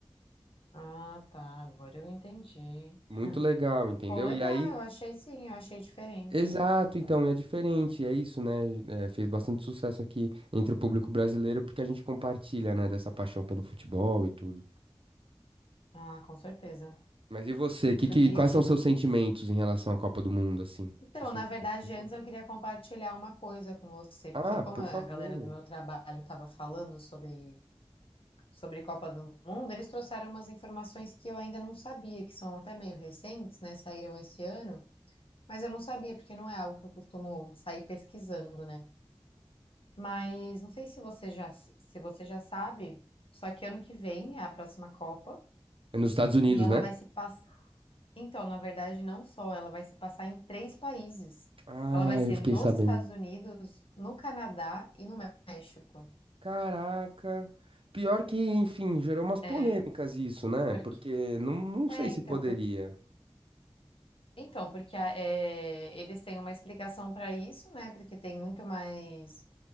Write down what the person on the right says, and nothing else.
Muito legal, entendeu?
E aí.
Exato, então, e é diferente, é isso, né? É, fez bastante sucesso aqui entre o público brasileiro porque a gente compartilha, né, dessa paixão pelo futebol e tudo.
Mas e você?
Que, que,
quais
são seus sentimentos em relação à Copa do Mundo, assim?
Você sempre
gostou?
Ah,
por
favor.
É nos Estados Unidos,
né?
Ah,
eu fiquei
sabendo.
Caraca. Pior que, enfim, gerou umas polêmicas
isso, né?
Porque não, não
sei
se poderia.